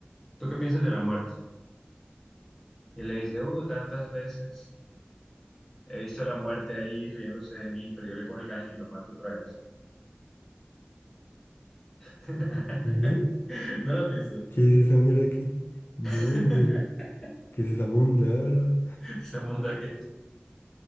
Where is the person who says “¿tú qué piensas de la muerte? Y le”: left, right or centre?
Centre